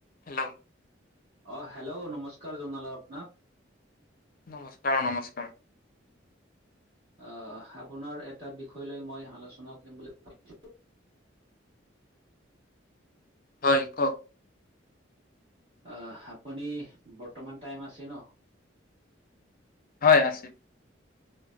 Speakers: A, on the left (about 45°); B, on the right (about 35°).
A: হেল্ল'।
B: অ' হেল্ল' নমস্কাৰ জনালো আপোনাক।
A: নমস্কাৰ নমস্কাৰ।
B: অ', আপোনাৰ এটা বিষয় লৈ মই আলোচনা কৰি বুলি ভাবিছোঁ।
A: হয় কওক।
B: অ', আপুনি বৰ্তমান টাইম আছে ন?
A: হয় আছে।